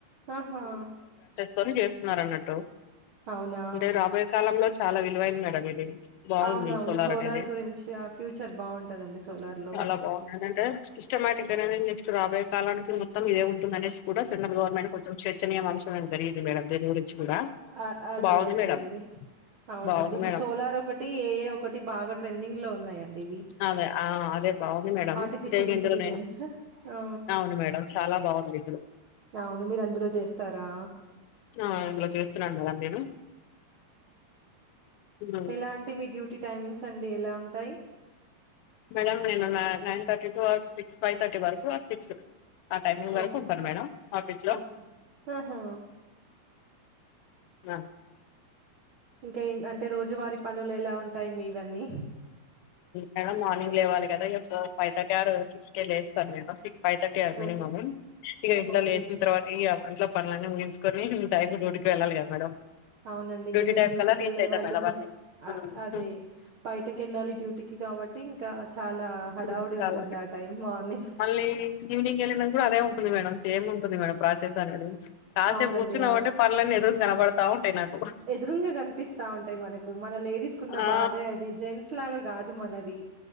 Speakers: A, on the right (about 65°); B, on the left (about 80°).
A: ఆహా
B: పని చేస్తున్నారు అన్నట్టు
A: అవునా
B: అంటే రాబోయే కాలంలో చాలా విలువైంది మేడం ఇది బాగుంది
A: అవునవును
B: సోలార్ అనేది
A: గురించి ఆ ఫ్యూచర్ బాగుంటదండి సోలార్ లో
B: చాలా బాగుంది అని అంటే సిష్టమాటిగ్గనా నక్స్ట్ రాోయ కాలనికి మొత్తం ఇే ఉుంద అనేది కూడాె్రల్ గవర్నమెంట్ కొంచెం చర్చనీయం అం జరిగింది మేడం దని గురించి కూడా
A: ఆ అదే
B: బాగుంది
A: అదే
B: మేడం
A: అండి అవునండి
B: బాగుంది
A: ఇప్పుడు
B: మేడం
A: సోలార్ ఒకటి ఏఏ ఒకటి బాగా ట్రెండింగ్ లో ఉన్నాయండి ఇవి
B: అదే ఆ అదే బాగుంది మేడం
A: ఆర్టిఫిషియల్
B: సేమ్
A: ఇంటెలిజెన్స్
B: ఇందులో నేను
A: ఆ
B: అవును మేడం చాలా బాగుంది ఇప్పుడు
A: అవును మీరు అందులో చేస్తారా
B: ఆ ఇందులో చేస్తున్నాను కదా నేను హ్మ్.
A: ఎలా అంటే మీ డ్యూటీ టైమింగ్స్ అండి ఎలా ఉంటాయి
B: మేడం నేను నైన్ ర్టీ టు ఆ సిక్స్ ఫైవ్థర్టీ వరకు అది ఫిక్స్ ఆ టైమింగ్ వరకు
A: ఓ
B: ఉంటాను మేడం ఆఫీస్ లో
A: ఓకే ఆహా!
B: ఆ
A: ఇంకేం అంటే రోజువారి పనులు ఎలా ఉంటాయి మీవన్నీ
B: మేడం మార్నింగ్ లేవాలి కదా ఫైవ్ థర్టీ ఆర్ సిక్స్ కే లేస్తాను మేడం సిక్స్ ఫై థర్టీ మినిమము
A: ఓ
B: ఇగ ఇంట్ల
A: ఓకే
B: లేసిన తర్వాత ఇగ ఇంట్ల పనులన్నీ ముగించ్కొనీ టైం కు డ్యూటికి వెల్లాలిగా మేడం
A: ఔనండి ఇంక
B: డ్యూటీ
A: మీర్
B: టైం
A: డ్యూటి
B: కల్లా
A: కెళ్ళేవాళ్ళు
B: రీచ్ అవుతా మేడం
A: బ
B: అన్నీ హ్మ్.
A: ఆ అదీ
B: హ్మ్.
A: బయటకెళ్ళాలి డ్యూటీ కాబట్టి ఇంకా చాలా హడావుడి
B: ఊం చాలా
A: ఉంటుంది ఆ టైం మార్నింగ్
B: మళ్ళీ ఈవినింగ్ ఎళ్ళినంక గూడ అదే ఉంటుంది మేడం సేము కొద్ది మేడం ప్రాసెస్ అనేది కాసేపు
A: అవునండి
B: కూర్చున్నావంటే పనులన్న ఎదురుంగ కనబతా ఉంటాయి నాకు
A: ఎదురుంగ కనిపిస్తా ఉంటాయ్ మనకు మన లేడీస్కున్న
B: ఆ
A: బాధే అదీ జెంట్స్ లాగా గాదు మనది